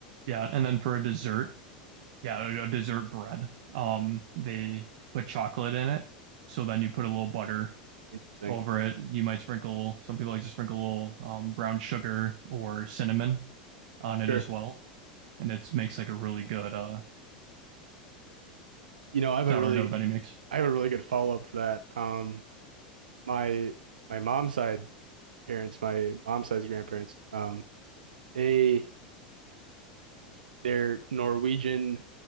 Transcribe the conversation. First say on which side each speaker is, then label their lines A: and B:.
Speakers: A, on the right; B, on the right.
A: yeah, and then for a dessert, yeah, a a dessert bread. Um, they put chocolate in it, so then you put a little butter
B: Interesting.
A: over it. You might sprinkle. Some people like to sprinkle a little um, brown sugar or cinnamon on it
B: Sure.
A: as well, and it makes like a really good uh
B: You know, I have
A: sourdough
B: a really,
A: that he makes.
B: I have a really good follow-up for that. Um, my my mom's side parents, my mom's side's grandparents, um, they. They're Norwegian,